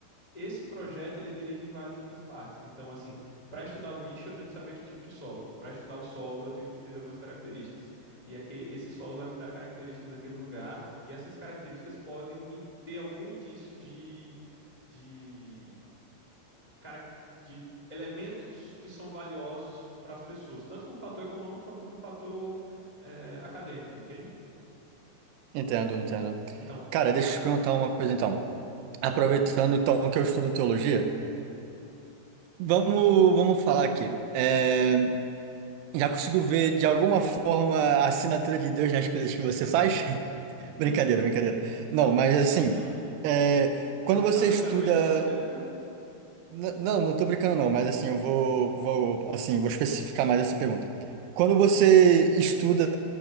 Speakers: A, on the left; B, on the right.
A: esse projeto ele deriva em várias outras partes. Então, assim, para estudar o bicho, eu tenho que saber que tipo de solo. Para estudar o solo, eu tenho que entender algumas características. E aqui, esse solo vai me dar características daquele lugar, e essas características podem me ter algum indício de, de, carac- de elementos que são valiosos para as pessoas, tanto no fator econômico quanto no fator eh, acadêmico, entende?
B: Entendo, entendo.
A: Então,
B: Cara,
A: por...
B: deixa
A: e-
B: eu te perguntar uma coisa então. Aproveitando
A: pode perguntar.
B: então que eu estudo teologia, vamos, vamos falar aqui. É, já conseguiu ver de alguma forma a assinatura de Deus nas coisas que você faz? <laughs>
A: <laughs>
B: Brincadeira, brincadeira. Não, mas assim,
A: Hum,
B: é, quando
A: você
B: você
A: tá brincando
B: estuda
A: mesmo? Eu gostei da pergunta.
B: N- Não, não tô brincando não, mas assim, eu vou, vou, assim, vou especificar mais essa pergunta. Quando você estuda,